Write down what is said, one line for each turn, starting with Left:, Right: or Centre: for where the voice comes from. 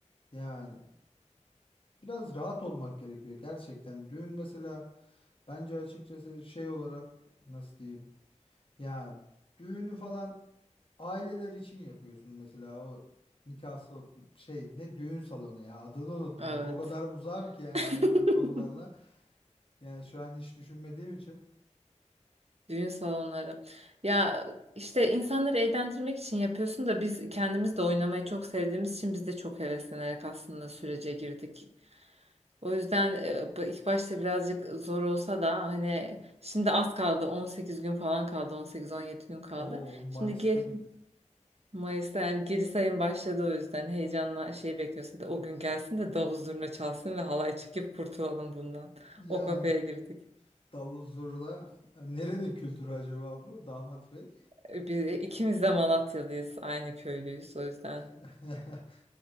Left: Yani biraz rahat olmak gerekiyor gerçekten. Düğün mesela bence açıkçası şey olarak nasıl diyeyim? Ya düğünü falan aileler için yapıyorsun mesela o nikah sal- şey ne düğün salonu ya adını unuttum
Right: Evet.
Left: bak o kadar uzağım ki yani
Right: <laughs>
Left: evlilik konularına. Yani şu an hiç düşünmediğim için.
Right: Düğün salonları. Ya işte insanları eğlendirmek için yapıyorsun da biz kendimiz de oynamayı çok sevdiğimiz için biz de çok heveslenerek aslında sürece girdik. O yüzden e, ilk başta birazcık zor olsa da hani şimdi az kaldı 18 gün falan kaldı 18-17 gün kaldı.
Left: O Mayıs'ta
Right: Şimdi gi-
Left: bir de.
Right: Mayıs'ta yani geri sayım başladı o yüzden heyecanla şey bekliyorsa da o gün gelsin de davul zurna çalsın ve halay çekip kurtulalım bundan.
Left: Yani
Right: O kafaya girdik.
Left: davul zurna nerenin kültürü acaba bu damat bey?
Right: E, Biz e, ikimiz de Malatyalıyız aynı köylüyüz o yüzden
Left: <laughs>